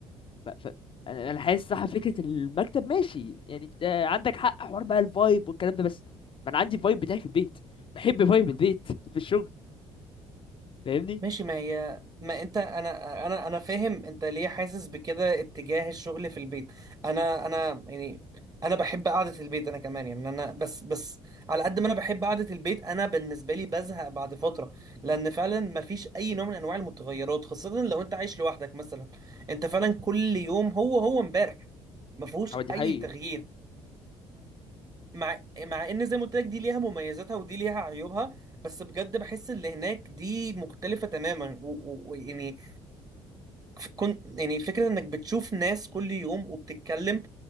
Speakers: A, on the left; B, on the right.
A: ف... ف... انا انا حاسس صح فكره المكتب ماشي يعني انت عندك حق حوار بقى الفايب والكلام ده بس ما انا عندي الفايب بتاعي في البيت بحب فايب البيت في الشغل فاهمني
B: ماشي ما هي ما انت انا انا انا فاهم انت ليه حاسس بكده اتجاه الشغل في البيت انا انا يعني انا بحب قعدة البيت انا كمان يعني انا بس بس على قد ما انا بحب قعدة البيت انا بالنسبة لي بزهق بعد فترة لان فعلا ما فيش اي نوع من انواع المتغيرات خاصة لو انت عايش لوحدك مثلا انت فعلا كل يوم هو هو امبارح ما فيهوش
A: هو دي
B: اي
A: حقيقي
B: تغيير مع مع ان زي ما قلت لك دي ليها مميزاتها ودي ليها عيوبها بس بجد بحس اللي هناك دي مختلفة تماما ويعني كنت يعني فكرة انك بتشوف ناس كل يوم وبتتكلم